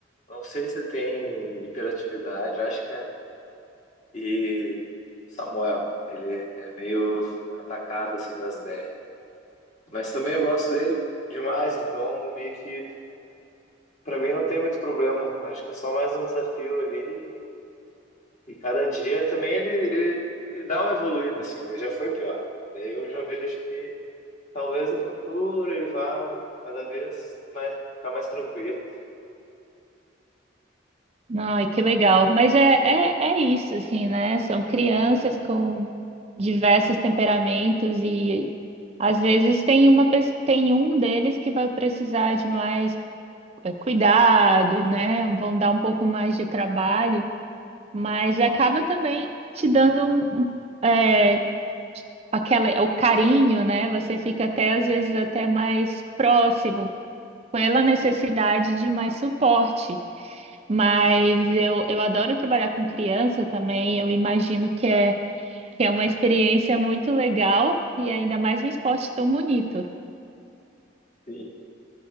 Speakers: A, on the left (about 40°); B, on the right (about 30°).
A: não sei se tem hiperatividade, acho que é. E Samuel, ele é meio atacado, assim, das ideias. Mas também eu gosto dele demais, então meio que, pra mim não tem muito problema. Acho que é só mais um desafio ali E cada dia também ele, ele, ele dá uma evoluída, assim, ele já foi pior. Daí eu já vejo que talvez no futuro ele vá cada vez mais ficar mais tranquilo.
B: Não, e que legal. Mas é, é, é isso, assim, né? São crianças com diversos temperamentos e às vezes tem uma, pes- tem um deles que vai precisar de mais eh, cuidado, né? Vão dar um pouco mais de trabalho, mas acaba também te dando um, um, eh, aquela, o carinho, né? Você fica até às vezes até mais próximo pela necessidade de mais suporte. Mas
A: Uhum.
B: eu, eu adoro trabalhar com criança também. Eu imagino que é, que é uma experiência muito legal e ainda mais um esporte tão bonito.
A: Sim.